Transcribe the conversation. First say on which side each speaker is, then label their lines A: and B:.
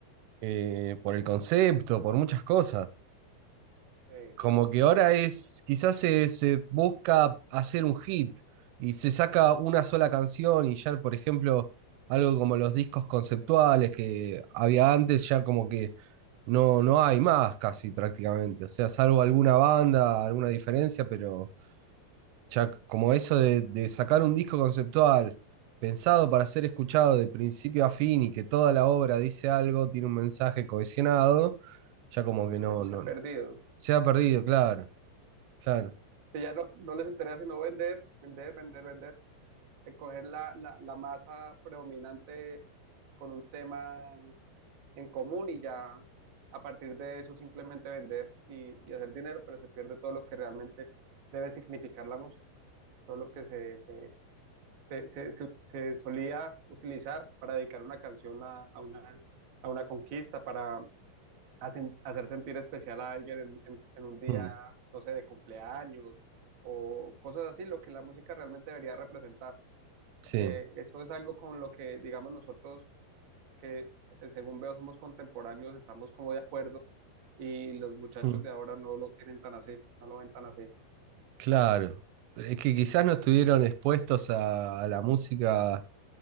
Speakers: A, on the right; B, on the right.
A: eh, por el concepto, por muchas cosas.
B: Eh,
A: Como que ahora es, quizás se, se busca hacer un hit y se saca una sola canción y ya, por ejemplo, algo como los discos conceptuales que había antes, ya como que no, no hay más casi prácticamente. O sea, salvo alguna banda, alguna diferencia, pero ya como eso de, de sacar un disco conceptual pensado para ser escuchado de principio a fin y que toda la obra dice algo, tiene un mensaje cohesionado, ya como que no,
B: eso se
A: no
B: ha perdido.
A: se ha perdido, claro. Claro,
B: Si ya no, no les interesa sino vender, vender, vender, vender, eh, coger la, la, la masa predominante con un tema en común y ya a partir de eso simplemente vender y, y hacer dinero, pero se pierde todo lo que realmente debe significar la música, todo lo que se, se se, se, se- se solía utilizar para dedicar una canción a, a una, a una conquista, para hacen- hacer sentir especial a alguien en, en- en un día,
A: mm,
B: no sé, de cumpleaños o cosas así, lo que la música realmente debería representar.
A: sí,
B: Eh, eso es algo con lo que, digamos, nosotros que eh, según veo somos contemporáneos, estamos como de acuerdo y los muchachos
A: mm,
B: de ahora no lo tienen tan así, no lo ven tan así.
A: claro. Es que quizás no estuvieron expuestos a, a la música